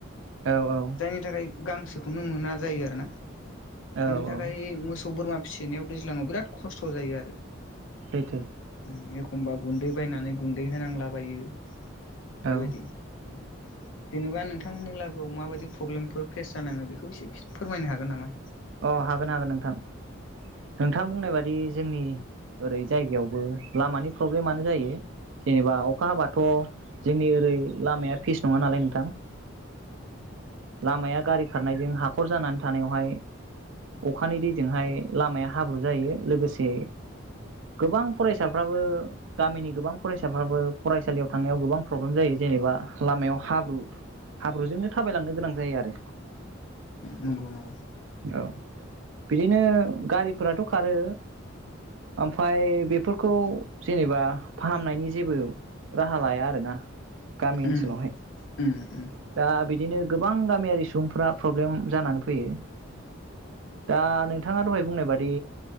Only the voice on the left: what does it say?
जायनि थाखाय गांसोखौनो मोना जायो आरो ना बिनि
थाखाय
मोसौ बोरमा फिसिनायाव दैज्लाङाव बिराद खस्थ' जायो आरो
उम एखमबा गुन्दै बायनानै गुन्दै होनांलाबायो। बेबायदि
उम। जेनेबा नोंथांमोननि लागोआव माबायदि फ्रब्लेमफोर फेस जानाङो बेखौ एसे फोरमायनो हागोन नामा?
नंगौ नंगौ।
उम उम उम